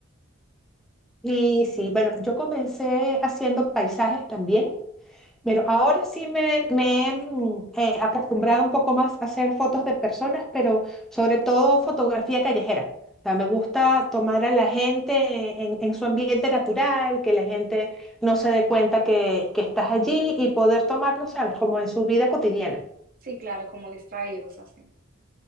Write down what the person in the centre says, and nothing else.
Y sí, bueno, yo comencé haciendo paisajes también. Pero ahora sí me, me he mm, eh, acostumbrado un poco más a hacer fotos de personas, pero sobre todo fotografía callejera. O sea, me gusta tomar a la gente en, en su ambiente natural, que la gente no se dé cuenta que, que estás allí y poder tomarlo, ¿sabes? Como en su vida cotidiana.